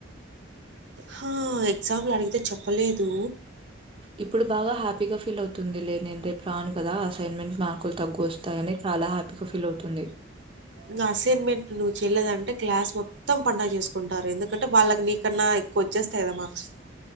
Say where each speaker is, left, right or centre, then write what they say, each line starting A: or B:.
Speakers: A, on the right; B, on the right.
A: హా ఎగ్జామ్లో అడిగితే చెప్పలేదు
B: ఇప్పుడు బాగా హ్యాపీగా ఫీల్ అవుతుంది లే నేను రేపు రాను కదా అసైన్మెంట్ మార్కులు తగ్గు వస్తాయని చాలా హ్యాపీగా ఫీల్ అవుతుంది
A: నా అసైన్మెంట్ నువ్వు చెల్లేదంటే క్లాస్ మొత్ త్తం పడుగ చేసుకుంటారు ఎందుకంటే వాళ్ళకి నీకన్నా ఎక్కువ వచ్చేస్తాయి కదా మార్క్స్